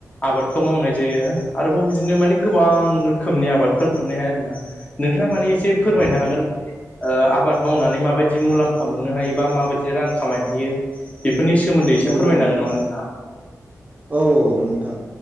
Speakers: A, on the left; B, on the right.
A: आबादखौ मावनाय जायो। आरोबाव बिदिनो माने गोबां रोखोमनि आबादफोर मोननाय हाया नोंथां नोंथाङा माने एसे फोरमायनो
B: औ
A: हागोन ओ आबाद मावनानै मा बाय दि मुलाम्फा मोननो हायो बा माबायदि रां खामायनो हायो बेफोरनि सोमोन्दै एसे
B: औ
A: फोरमायनो
B: औ
A: हागोन नामा नों
B: औ औ नोंथां